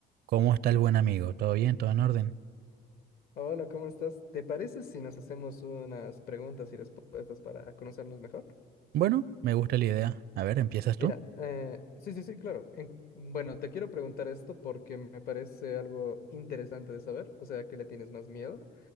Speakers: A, on the right; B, on the left.
A: ¿Cómo está el buen amigo? ¿Todo bien? ¿Todo en orden?
B: Hola, ¿cómo estás? ¿Te parece si nos hacemos unas preguntas y respuestas para conocernos mejor?
A: Bueno, me gusta la idea. A ver, ¿empiezas tú?
B: Mira, eh, sí, sí, sí, claro. En- bueno, te quiero preguntar esto porque me parece algo interesante de saber, o sea, ¿a qué le tienes más miedo?